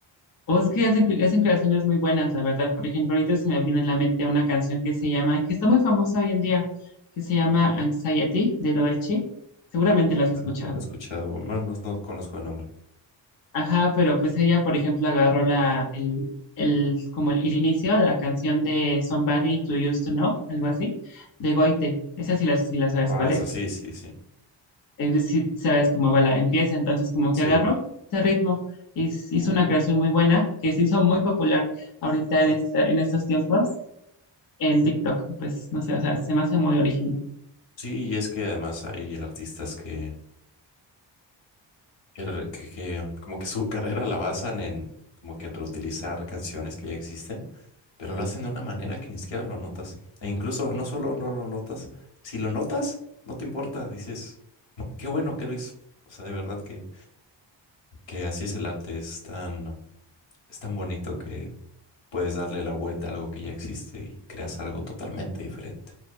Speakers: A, on the left; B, on the left.
A: O es que hacen, hacen creaciones muy buenas, la verdad. Por ejemplo, ahorita se me viene en la mente una canción que se llama, que está muy famosa hoy en día, que se llama Anxiety de Doechi. Seguramente la has
B: Ah,
A: escuchado.
B: no lo he escuchado, bueno, no, no conozco el nombre.
A: Ajá, pero pues ella, por ejemplo, agarró la, el, el, como el, el inicio de la canción de Somebody to Used to Know, algo así, de Goite. Esa sí la, sí la sabes
B: Ah,
A: cuál
B: eso
A: es.
B: sí, sí, sí,
A: Es decir, sabes cómo va la, empieza. Entonces, como
B: sí.
A: que agarró ese ritmo y s- hizo una creación muy buena que se hizo muy popular ahorita en, esta- en estos tiempos en TikTok. Pues no sé, o sea, se me hace muy original.
B: Sí, y es que además hay artistas que que, re- que- que como que su carrera la basan en como que en reutilizar canciones que ya existen, pero lo hacen de una manera que ni siquiera lo notas. E incluso no solo no lo notas, si lo notas, no te importa, dices, qué bueno que lo hizo. O sea, de verdad que, que así es el arte, es tan, es tan bonito que puedes darle la vuelta a algo que ya existe y creas algo totalmente diferente.